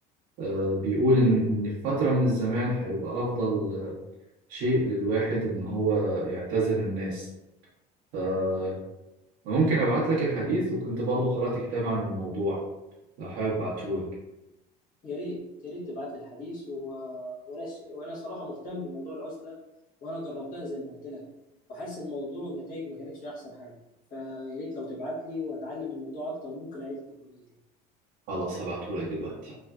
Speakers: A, on the right (about 65°); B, on the left (about 45°).
A: آه، بيقول إن إن في فترة من الزمان هيبقى أفضل شيء للواحد إن هو يعتزل الناس فممكن أبعت لك الحديث وكنت برضو قرأت كتاب عن الموضوع لو حابب أبعته لك
B: يا ريت يا ريت تبعت لي الحديث و... وانا ش... وانا صراحه مهتم بموضوع العزله وانا جربتها زي ما قلت لك وحاسس إن الموضوع والنتائج ما كانتش احسن حاجه فيا ريت لو تبعت لي واتعلم الموضوع اكتر ممكن اعيد التجربه دي تاني
A: خلاص هبعته لك دلوقتي